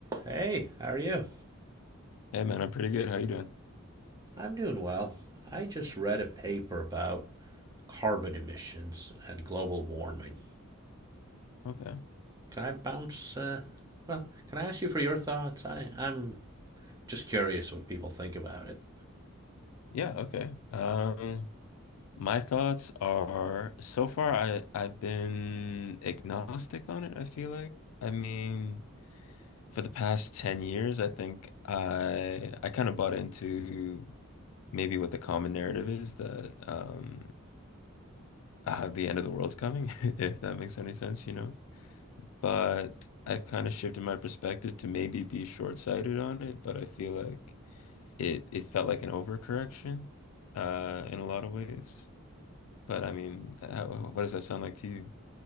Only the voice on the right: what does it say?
Hey, how are you?
I'm doing well. I just read a paper about carbon emissions and global warming.
Can I bounce? Uh, well, can I ask you for your thoughts? I, I'm just curious what people think about it.